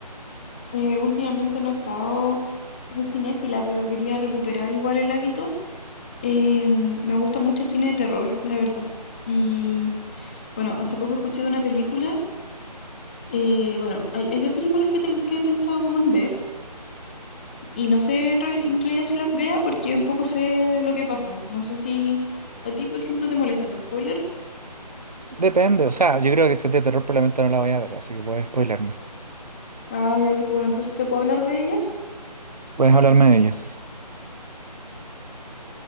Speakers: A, on the left (about 15°); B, on the right (about 65°).
A: Eh, últimamente no he estado tan cinéfila, pero quería recuperar igual el hábito. Eh, me gusta mucho el cine de terror, la verdad. Y bueno, hace poco escuché de una película. eh, bueno, hay, hay dos películas que, ten- que he pensado como en ver y no sé en, real- en realidad si las vea porque un poco sé lo que pasa. No sé si a ti, por ejemplo, te molestan los spoilers.
B: Depende, o sea, yo creo que si es de terror probablemente no la voy a ver, así que puedes spoilerme.
A: Ah, ya que bueno, entonces te puedo hablar de ellas.
B: Puedes hablarme de ellos.